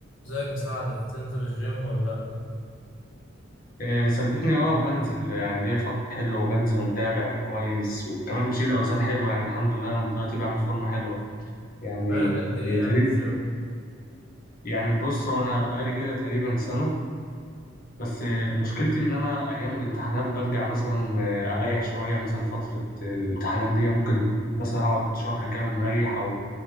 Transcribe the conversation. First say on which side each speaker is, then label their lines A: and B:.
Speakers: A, on the left; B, on the left.
A: ازيك يا سعد بتنزل الجيم ولا لأ؟
B: آه، صدقني اه بنزل يعني ليا فترة حلوة وبنزل ومتابع كويس وكمان بشيل أوزان حلوة يعني الحمد لله أنا دلوقتي بعمل فورمة حلوة يعني
A: بقالك قد إيه
B: هي
A: يعني
B: تقريبا
A: في الجيم؟
B: يعني بص هو أنا بقالي كده تقريبا سنة بس آه،
A: مم.
B: مشكلتي إن أنا أيام الامتحانات برجع مثلا آه، أريح شوية مثلا فترة الامتحانات دي ممكن مثلا أقعد شهر كامل مريح أو